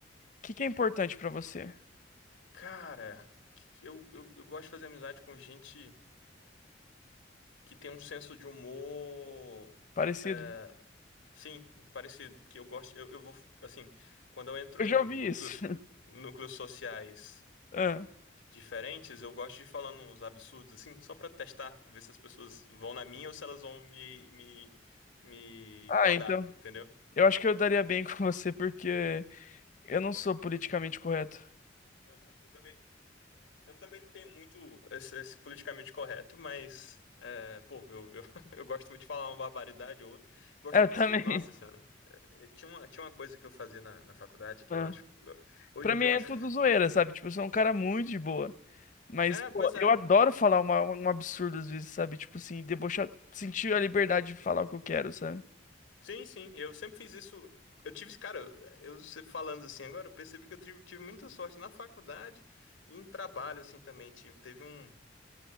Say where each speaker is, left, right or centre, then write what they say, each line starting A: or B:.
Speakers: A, on the left; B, on the left.
A: que que é importante pra você?
B: cara, que- que eu, eu eu gosto de fazer amizade com gente que tem um senso de humor.
A: Parecido?
B: é, sim, parecido. Que eu gosto. Eu, eu vou. Assim, quando eu entro
A: Eu
B: em
A: já ouvi
B: núcleos,
A: isso. <laughs>
B: núcleos sociais
A: Ah,
B: di- diferentes, eu gosto de ir falando uns absurdos, assim, só pra testar, ver se as pessoas vão na minha ou se elas vão me, me, me
A: ah,
B: podar,
A: então.
B: entendeu?
A: Eu acho que eu daria bem <laughs> com você porque eu não sou politicamente correto.
B: Aham. Eu também Eu também não tenho muito esse, esse politicamente correto, mas, é, pô, eu, eu, <laughs> eu gosto muito de falar uma barbaridade ou outra. Gosto
A: É, Eu
B: muito
A: também.
B: de. Nossa Senhora. é, é, Tinha uma, tinha uma coisa que eu fazia na, na faculdade
A: <laughs>
B: que
A: Ah.
B: eu acho. eu- hoje
A: Pra
B: em
A: mim
B: dia
A: é
B: eu acho.
A: tudo zoeira, sabe? Tipo, eu sou um cara muito de boa. Mas,
B: É,
A: pô,
B: pois
A: eu
B: é.
A: adoro falar uma, um absurdo às vezes, sabe? Tipo assim, debochar, sentir a liberdade de falar o que eu quero, sabe?
B: Sim, sim. Eu sempre fiz isso. Eu tive, cara, eu sempre falando assim agora, eu percebi que eu tive, tive muita sorte na faculdade e em trabalho, assim, também. Tive, teve um,